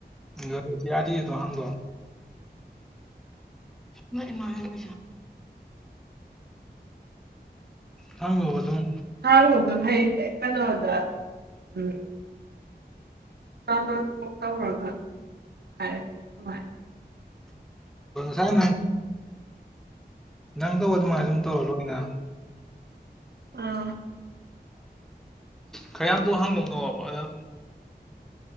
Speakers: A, in the centre; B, on the right.
A: ꯔꯗꯤ ꯌꯥꯗꯤ ꯇꯣ ꯍꯪꯒꯣ ꯃ ꯏꯃꯥꯟꯂ ꯈꯥꯡꯕꯕ ꯑꯗꯨꯝ
B: ꯍꯥꯡꯗꯨ ꯍꯩꯗꯦ ꯀꯩꯅꯣꯗ ꯎꯝ ꯇ ꯀꯣꯛꯀꯔꯚ ꯍꯥꯏꯔ ꯃꯥ
A: ꯁꯥꯏꯦ ꯅꯪ ꯇꯧꯕ ꯑꯗꯨꯃꯥꯏꯅ ꯑꯗꯨꯝ ꯇꯧꯔ ꯂꯣꯏꯅ
B: ꯑꯥ
A: ꯈꯔꯇꯣ ꯍꯥꯡꯗꯣꯛꯅꯕ ꯑꯗꯣ